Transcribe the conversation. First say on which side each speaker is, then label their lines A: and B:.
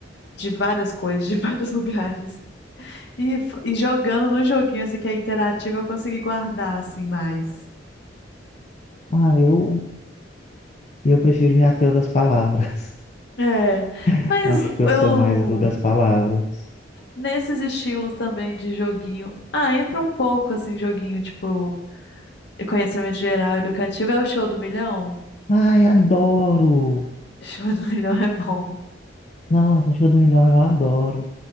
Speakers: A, on the left; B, on the left.
A: de várias coisas, de vários <laughs> lugares. E, f- e jogando no joguinho, assim, que é interativo, eu consegui guardar, assim, mais.
B: Ah, eu, eu prefiro me ater ao das palavras.
A: É,
B: <laughs>
A: mas
B: Acho que eu
A: eu
B: sou mais do das palavras.
A: Nesses estilos também de joguinho. Ah, entra um pouco assim, joguinho tipo conhecimento geral educativo. É o show do milhão?
B: Ai, adoro!
A: Show do <laughs> milhão é bom.
B: Nossa, Show do Milhão, eu adoro.